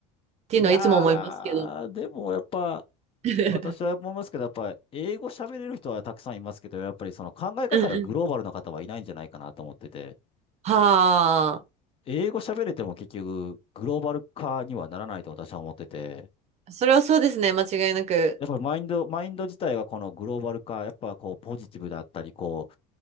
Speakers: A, on the right (about 40°); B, on the left (about 35°).
A: ていうのはいつも思いますけど。
B: いやー、でもやっぱ、
A: <laughs>
B: 私は思いますけど、やっぱ、英語喋れる人はたくさんいますけど、やっぱりその考え方がグローバルな方はいないんじゃないかなと思ってて、
A: うんうん。<laughs> は
B: 英語喋れても結局、グローバル化にはならないと私は思ってて、
A: あ。それはそうですね、間違いなく。
B: やっぱりマインド、マインド自体はこのグローバル化、やっぱこう、ポジティブだったり、こ